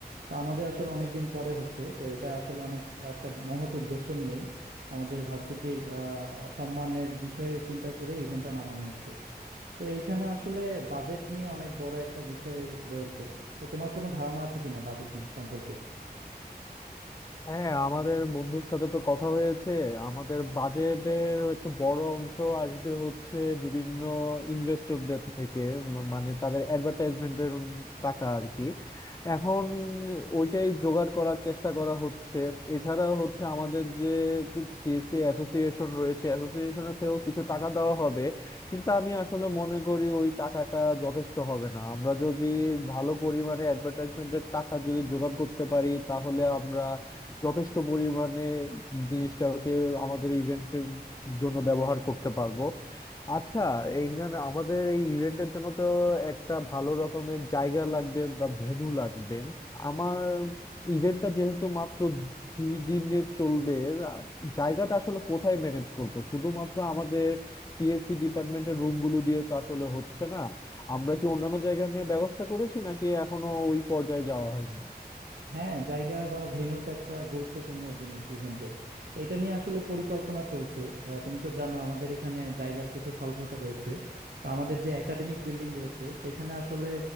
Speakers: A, on the right; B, on the left.
A: তো আমাদের আসলে অনেক দিন পরে হচ্ছে তো এটা আসলে অনেক একটা মহৎ উদ্দেশ্য নিয়েই আমাদের ভার্সিটির আহ, সম্মানের বিষয়ে চিন্তা করে ইভেন্টটা নামানো হচ্ছে তো এইখানে আসলে বাজেট নিয়ে অনেক বড় একটা বিষয় রয়েছে তো তোমার কোনো ধারণা আছে কিনা বাজেট নিয়ে সম্পর্কে
B: হ্যাঁ আমাদের বন্ধুর সাথে তো কথা হয়েছে আমাদের বাজেটের একটা বড় অংশ আসবে হচ্ছে বিভিন্ন ইনভেস্টরদের থেকে ম- মানে তাদের অ্যাডভার্টাইজমেন্টের টাকা আর কি এখন ওইটাই জোগাড় করার চেষ্টা করা হচ্ছে এছাড়া হচ্ছে আমাদের যে সিএসসি অ্যাসোসিয়েশন রয়েছে অ্যাসোসিয়েশনের থেকেও কিছু টাকা দেওয়া হবে কিন্তু আমি আসলে মনে করি ওই টাকাটা যথেষ্ট হবে না আমরা যদি ভালো পরিমাণে অ্যাডভার্টাইজমেন্টের টাকা যদি জোগাড় করতে পারি তাহলে আমরা যথেষ্ট পরিমাণে জিনিসটাকে আমাদের ইভেন্টের জন্য ব্যবহার করতে পারবো আচ্ছা এইখানে আমাদের এই ইভেন্টের জন্য তো একটা ভালো রকমের জায়গা লাগবে বা ভেন্যু লাগবে আমার ইভেন্টটা যেহেতু মাত্র দুই দিনে চলবে জায়গাটা আসলে কোথায় ম্যানেজ করব শুধুমাত্র আমাদের সিএসসি ডিপার্টমেন্টের রুম গুলো দিয়ে তো আসলে হচ্ছে না আমরা কি অন্যান্য জায়গা নিয়ে ব্যবস্থা করেছি নাকি এখনো ওই পর্যায়ে যাওয়া হয়নি
A: হ্যাঁ জায়গা বা ভেন্যু তো একটা গুরুত্বপূর্ণ জিনিস ইভেন্টের তো এটা নিয়ে আসলে পরিকল্পনা চলছে আহ, তুমি তো জানো আমাদের এখানে জায়গার কিছু স্বল্পতা রয়েছে তো আমাদের যে একাডেমিক বিল্ডিং রয়েছে সেখানে আসলে